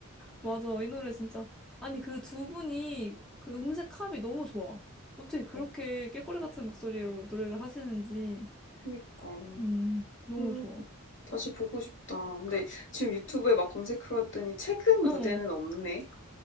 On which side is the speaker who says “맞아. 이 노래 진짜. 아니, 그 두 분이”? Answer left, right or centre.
Centre